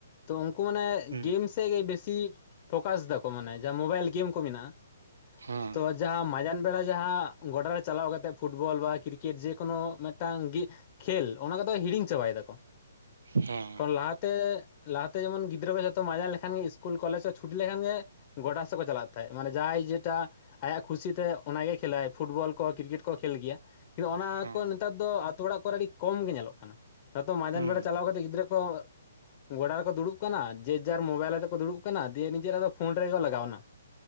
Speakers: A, on the left; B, on the right.
A: ᱛᱚ ᱩᱱᱠᱩ ᱢᱟᱱᱮ
B: ᱦᱩᱸ
A: ᱜᱮᱢᱥ ᱛᱮᱜᱮ ᱵᱮᱥᱤ ᱯᱷᱳᱠᱟᱥ ᱮᱫᱟᱠᱚ ᱢᱟᱱᱮ ᱡᱟᱦᱟᱸ ᱢᱳᱵᱟᱭᱤᱞ ᱜᱮᱢ ᱠᱚ ᱢᱮᱱᱟᱜ-ᱟ
B: ᱦᱮᱸ
A: ᱛᱚ ᱡᱟᱦᱟᱸ ᱢᱟᱡᱟᱱ ᱵᱮᱲᱟ ᱡᱟᱦᱟᱸ ᱜᱚᱰᱟ ᱨᱮ ᱪᱟᱞᱟᱣ ᱠᱟᱛᱮᱫ ᱯᱷᱩᱴᱵᱚᱞ ᱵᱟ ᱠᱨᱤᱠᱮᱴ ᱡᱮᱠᱳᱱᱳ ᱢᱤᱫᱴᱟᱝ ᱠᱷᱮᱞ ᱚᱱᱟ ᱠᱚᱫᱚ ᱦᱤᱲᱤᱧ ᱪᱟᱵᱟᱭ ᱫᱟᱠᱚ
B: ᱦᱮ
A: ᱞᱟᱦᱟᱛᱮ ᱞᱟᱦᱟᱛᱮ ᱡᱮᱢᱚᱱ ᱜᱤᱫᱽᱨᱟᱹ ᱠᱚ ᱡᱚᱛᱚ ᱢᱟᱭᱡᱟ ᱞᱮᱠᱷᱟᱱ ᱜᱮ ᱤᱥᱠᱩᱞ ᱠᱚᱞᱮᱡᱽ ᱠᱚ ᱪᱷᱩᱴᱤ ᱞᱮᱠᱷᱟᱱ ᱜᱮ ᱜᱚᱰᱟ ᱥᱮᱫ ᱠᱚ ᱪᱟᱞᱟᱜ ᱛᱟᱦᱮᱸᱜ ᱢᱟᱱᱮ ᱡᱟᱦᱟᱸᱭ ᱡᱮᱴᱟ ᱟᱭᱟᱜ ᱠᱷᱩᱥᱤᱛᱮ ᱚᱱᱟᱜᱮ ᱠᱷᱮᱞ ᱟᱭ ᱯᱷᱩᱴᱵᱚᱞ ᱠᱚ ᱠᱨᱤᱠᱮᱴ ᱠᱚ ᱠᱷᱮᱞ ᱜᱮᱭᱟ ᱠᱤᱱᱛᱩ ᱚᱱᱟ
B: ᱦᱮᱸ
A: ᱠᱚ ᱱᱮᱛᱟᱨ ᱫᱚ ᱟᱛᱳ ᱚᱲᱟᱜ ᱠᱚᱨᱮ ᱟᱹᱰᱤ ᱠᱚᱢ ᱜᱮ ᱧᱮᱞᱚᱜ ᱠᱟᱱᱟ ᱡᱚᱛᱚ ᱢᱟᱭᱫᱟᱱ
B: ᱦᱩᱸ
A: ᱵᱮᱲᱟ ᱪᱟᱞᱟᱣ ᱠᱟᱛᱮ ᱜᱤᱫᱽᱨᱟᱹ ᱠᱚ ᱜᱚᱰᱟ ᱨᱮᱠᱚ ᱫᱩᱲᱩᱵ ᱠᱟᱱᱟ ᱡᱮᱨ ᱡᱟᱨ ᱢᱳᱵᱟᱭᱤᱞ ᱟᱛᱮ ᱠᱚ ᱫᱩᱲᱩᱵ ᱠᱟᱱᱟ ᱫᱤᱭᱮ ᱱᱤᱡᱮᱨᱟᱜ ᱫᱚ ᱯᱷᱳᱱ ᱨᱮᱜᱮ ᱞᱟᱜᱟᱣ ᱮᱱᱟ